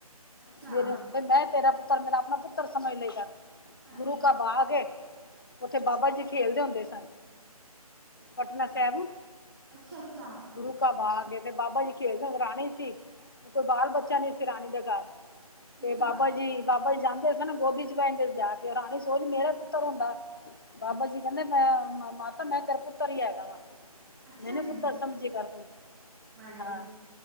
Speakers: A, on the right (about 30°); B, on the left (about 35°).
A: ਅੱਛਾ
B: ਮੇਰੇ ਬ ਮੈਂ ਤੇਰਾ ਪੁੱਤਰ ਮੇਰਾ ਆਪਣਾ ਪੁੱਤਰ ਸਮਝ ਲਈ ਦਾ।
A: ਹਾਂਜੀ
B: ਗੁਰੂ ਕਾ ਬਾਗ ਏ। ਉੱਥੇ ਬਾਬਾ ਜੀ ਖੇਲਦੇ ਹੁੰਦੇ ਸਨ ਪਟਨਾ ਸਾਹਿਬ।
A: ਅੱਛਾ-ਅੱਛਾ।
B: ਗੁਰੂ ਕਾ ਬਾਗ ਏ ਤੇ ਬਾਬਾ ਜੀ ਖੇਲ ਤੇ ਕਰਾਣੀ ਸੀ। ਕੋਈ ਬਾਲ ਬੱਚਾ ਨਹੀ ਸੀ ਰਾਣੀ ਦੇ ਘਰ। ਤੇ
A: ਅੱਛਾ
B: ਬਾਬਾ ਜੀ ਬਾਬਾ ਜੀ ਜਾਂਦੇ ਸਨ ਨਾ ਗੋਦੀ ਚ ਬੈ ਕੇ ਜਾ ਕੇ ਰਾਣੀ ਸੋਚ ਮੇਰਾ ਪੁੱਤਰ ਹੁੰਦਾ। ਬਾਬਾ ਜੀ ਕਹਿੰਦੇ ਮੈਂ ਮਾਤਾ ਮੈਂ ਤੇਰੇ ਪੁੱਤਰ ਹੀ ਹੈਗਾ ਵਾਂ।
A: ਅੱਛਾ
B: ਮੈਨੂੰ
A: ਜੀ
B: ਪੁੱਤਰ ਸਮਝੀ ਕਰਦੋ
A: ਵਾਹਿਗੁਰੂ
B: ਹਾਂ।